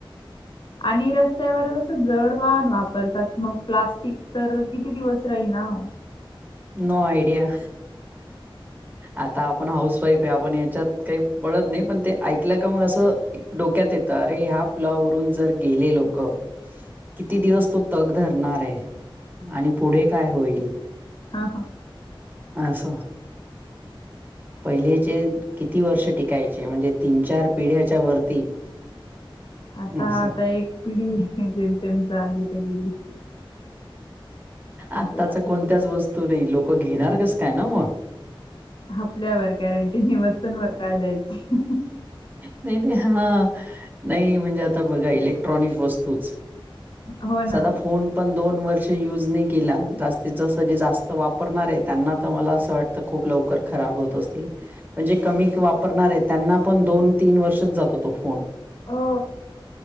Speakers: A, on the left; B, on the right.
A: आणि रस्त्यावर कसं जड वाहन वापरतात. मग प्लास्टिक तर किती दिवस राहील ना ओ.
B: No idea. आता आपण हाऊस वाईफे. आपण याच्यात काही पडत नाही. पण ते ऐकलं का मग असं डोक्यात येत. अरे ह्या पुलावरून जर गेले लोक. किती दिवस तो तग धरणारे. आणि पुढे काय होईल.
A: ह ह.
B: अस. पहिलेचे किती वर्ष टिकायचे. म्हणजे तीन चार पिढ्याच्या वरती.
A: आता
B: असं
A: आता एक पिढी जेम तेम झाली त गेली.
B: आताच
A: असंच आहे.
B: कोणत्याच वस्तू नाही. लोक घेणार कस काय ना म.
A: आपल्यावर गॉरंटी नाही. वस्तूंवर काय द्यायची.
B: नाही नाही. हा नाही. म्हणजे आता बघा इलेक्ट्रॉनिक वस्तूच.
A: हो ना
B: सादा फोन पण दोन वर्ष युज नाही केला. जास्तीत जास्त जे जास्त वापरणारेत. त्यांना तर मला अस वाटतं खूप लवकर खराब होत असतील. पण जे कमी क वापरणारेत त्यांना पण दोन तीन वर्षच जातो तो फोन.
A: हो